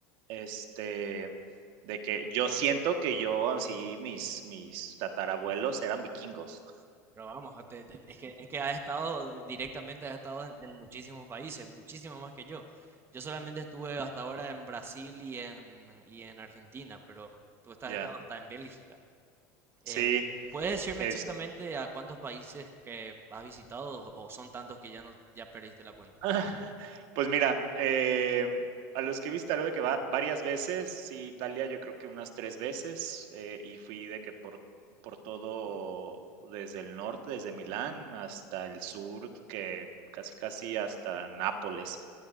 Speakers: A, on the right (about 65°); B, on the right (about 25°).
A: este, de que yo siento que yo, así mis mis tatarabuelos eran vikingos.
B: Pero vamos, te- te- es que, es que ha estado directamente, ha estado en, en muchísimos países, muchísimo más que yo. Yo solamente estuve hasta ahora en Brasil y en, y en Argentina, pero tú estás
A: Ya,
B: estado hasta en Bélgica. Eh,
A: sí,
B: ¿puedes decirme
A: Es
B: exactamente a cuántos países que has visitado o son tantos que ya no, ya perdiste la cuenta?
A: <laughs> pues mira, em, a los que he visitado de que va varias veces, sí, Italia yo creo que unas 3 veces, eh, y fui de que por por todo desde el norte, desde Milán hasta el sur, que casi, casi hasta Nápoles.